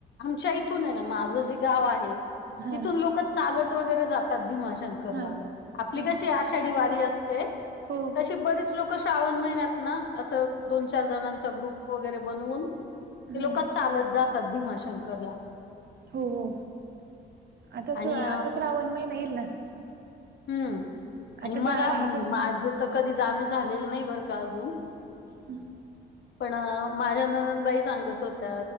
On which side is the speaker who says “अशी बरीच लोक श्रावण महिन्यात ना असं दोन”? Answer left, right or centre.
Left